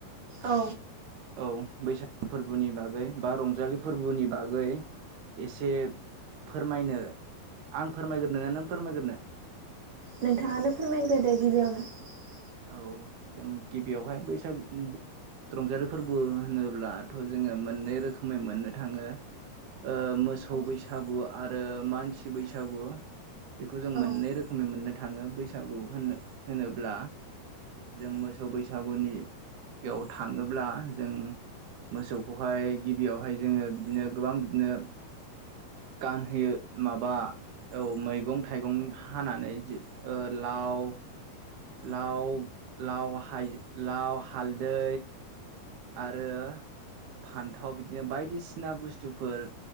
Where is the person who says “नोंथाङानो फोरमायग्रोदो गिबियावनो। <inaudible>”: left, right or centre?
Right